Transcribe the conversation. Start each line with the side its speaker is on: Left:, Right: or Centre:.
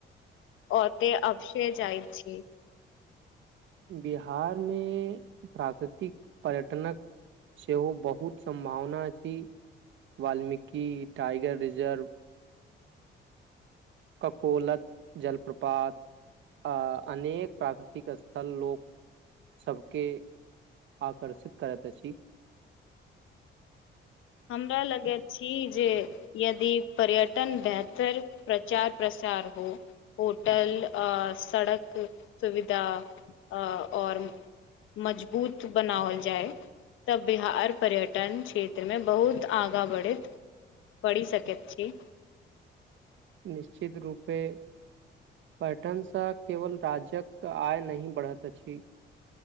Left: ओते अबसे जाइ छी
Right: बिहार मे प्राकृतिक पर्यटनक सेहो बहुत सम्भावना अछि वाल्मीकि टाइगर रिजर्व ककोलत जलप्रपात आ अनेक प्राकृतिक स्थल लोक सबके आकर्षित करति अछि
Left: हमरा लगै छी जे यदि पर्यटन बेहतर प्रचार प्रसार होइ होटल सड़क सुविधा आओर मजबूत बनाओल जाए तब बिहार पर्यटन क्षेत्र मे बहुत आगाँ बढ़ति बढ़ि सकति छी
Right: निश्चित रूपे पर्यटनसँ केवल राजक आय नहि बढ़त अछि